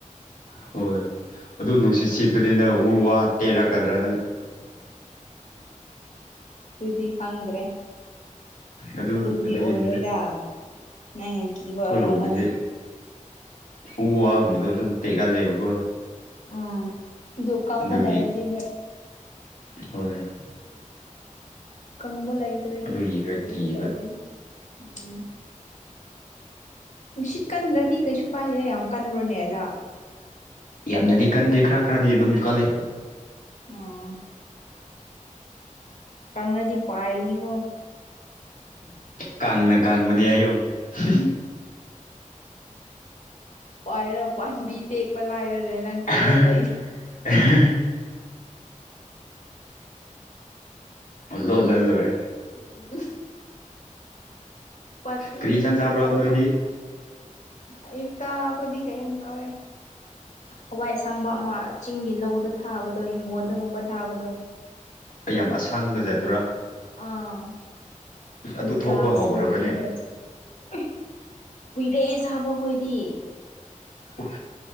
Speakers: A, on the left (about 80°); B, on the left (about 65°).
A: ꯍꯣꯏ ꯑꯗꯨ ꯅꯨꯡꯁꯤꯠ ꯁꯤꯠꯄꯅꯤꯅ ꯎ- ꯋꯥ ꯇꯦꯂꯛꯀꯗ꯭ꯔꯥꯅ
B: ꯑꯗꯨꯗꯤ ꯈꯪꯗ꯭ꯔꯦ
A: ꯑꯗꯨ
B: ꯑꯗꯨꯕꯨꯗꯤ
A: ꯑꯗꯨꯒꯤꯅꯤꯗ
B: ꯑꯣꯏꯔꯣꯏꯗ ꯅꯪꯅ ꯀꯤꯕ
A: ꯑꯩꯈꯣꯏꯔꯣꯝꯗꯗꯤ
B: ꯑꯣꯏꯔꯝꯒꯅꯤ
A: ꯎ- ꯋꯥꯒꯨꯝꯕꯗꯣ ꯑꯗꯨꯝ ꯇꯦꯛꯍꯜꯂꯦꯕꯀꯣ
B: ꯎꯝ ꯑꯗꯨ ꯀꯪꯕ
A: ꯑꯗꯨꯒꯤ
B: ꯂꯩꯔꯗꯤ ꯅꯣꯏ
A: ꯍꯣꯏ
B: ꯀꯪꯕ ꯂꯩꯇ꯭ꯔꯗꯤ
A: ꯑꯗꯨꯒꯤ ꯈꯔ
B: ꯀꯩꯁꯨ
A: ꯀꯤꯕ
B: ꯇꯧꯔꯣꯏꯗ ꯎꯎꯪ ꯅꯨꯡꯁꯤꯠ ꯀꯟꯗ꯭ꯔꯗꯤ ꯀꯩꯁꯨ ꯀꯥꯏꯗꯦꯗ ꯌꯥꯝ ꯀꯟꯕ꯭ꯔꯣꯅꯦ ꯑꯗ
A: ꯌꯥꯝꯅꯗꯤ ꯀꯟꯗꯦ ꯈꯔ ꯈꯔꯗꯤ ꯑꯗꯨꯝ ꯀꯜꯂꯤ
B: ꯎꯎꯪ ꯀꯪꯉꯗꯤ ꯄꯥꯏꯅꯤꯀꯣ
A: ꯀꯥꯡꯕꯅꯦ ꯀꯥꯡꯕꯅꯦ ꯍꯥꯢꯌ‌ꫭ
B: ꯄꯥꯏꯔꯣ ꯄꯥꯝꯕꯤ ꯇꯦꯛꯄ ꯂꯥꯏꯔꯗ ꯅꯪ ꯇꯦꯛꯑ
A: INAUDIBLE
B: ꯂꯩ
A: ꯂꯣꯠꯂ ꯂꫭꯏꯔꯦ
B: INAUDIBLE ꯄꯥꯔꯇꯤꯒꯤ
A: ꯀꯔꯤ ꯏꯟꯁꯥꯡ
B: ꯃꯊꯛꯇ
A: ꯆꯥꯕ꯭ꯔꯣ ꯅꯣꯏꯗꯤ
B: ꯐꯝ ꯑꯌꯨꯛꯇ ꯑꯩꯈꯣꯏꯗꯤ ꯀꯩꯅꯝ ꯇꯧꯋꯦ ꯍꯋꯥꯏ ꯑꯁꯥꯡꯕ ꯑꯃ ꯆꯤꯡꯒꯤ ꯂꯧꯗ ꯊꯥꯕꯗꯣ ꯍꯤꯡꯒꯣꯜꯗꯒꯨꯝꯕ ꯊꯥꯕꯗꯣ
A: ꯑꯩ ꯌꯥꯝ ꯑꯁꯥꯡꯕꯖꯦ ꯑꯗꯨꯔ
B: ꯑꯥ ꯑꯗꯨꯒ
A: ꯑꯗꯨ ꯊꯣꯛꯄ ꯍꯧꯈ꯭ꯔꯕ꯭ꯔꯅꯦ
B: ꯁꯧꯒꯔꯤꯒ ꯆꯥꯏ ꯑꯦ ꯀꯨꯏꯔꯦ ꯆꯥꯕ ꯑꯩꯈꯣꯏꯗꯤ
A: ꯎꯞ